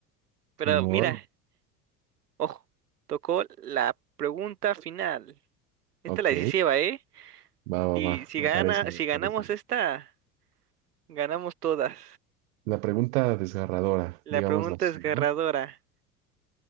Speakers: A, on the right; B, on the right.
A: Pero
B: Ni modo.
A: mira, ojo, tocó la pregunta final. Esta
B: Ok,
A: es la decisiva, ¿eh?
B: va, va,
A: Si,
B: va.
A: si
B: Me
A: gana,
B: parece, me
A: si ganamos
B: parece.
A: esta, ganamos todas.
B: La pregunta desgarradora,
A: La
B: digámoslo
A: pregunta
B: así,
A: desgarradora.
B: ¿no?